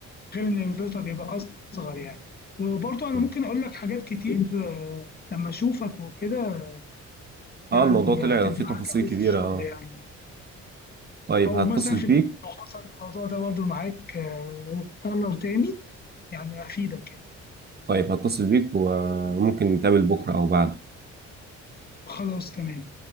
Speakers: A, on the left; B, on the right.
A: غير ان الفلتر بيبقى اصغر يعني وبرضه انا
B: مم.
A: ممكن اقول لك حاجات كتير آه، لما اشوفك وكده
B: اه
A: يعني
B: الموضوع طلع
A: هتنفعك
B: فيه تفاصيل
A: قوي
B: كبيرة
A: في الشغل
B: اه
A: يعني
B: طيب
A: او
B: هتصل
A: مثلا في
B: بيك
A: البيت لو حصل الموضوع ده برضه معاك آه، اتكرر تاني يعني افيدك يعني
B: طيب هتصل بيك وممكن نتقابل بكرة او بعد
A: خلاص تمام